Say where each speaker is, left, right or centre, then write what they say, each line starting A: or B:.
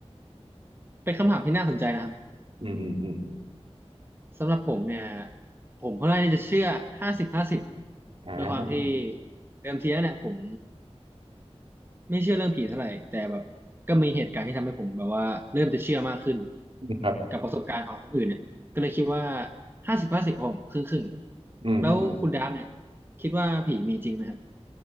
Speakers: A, on the right; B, on the right.
A: เป็นคำถามที่น่าสนใจนะครับ
B: อืมอืมอืม
A: สำหรับผมเนี่ยผมค่อนข้างที่จะเชื่อห้าสิบห้าสิบ
B: อ่า
A: ด้วยความที่เดิมทีแล้วเนี่ยผมไม่เชื่อเรื่องผีเท่าไหร่แต่แบบก็มีเหตุการณ์ที่ทำให้ผมแบบว่าเริ่มจะเชื่อมากขึ้น
B: ครับ
A: กับประสบการณ์ของคนอื่นเนี่ยก็เลยคิดว่าห้าสิบห้าสิบผมครึ่งครึ่ง
B: อืมอืม
A: แล้วคุณดับเนี่ยคิดว่าผีมีจริงไหมครับ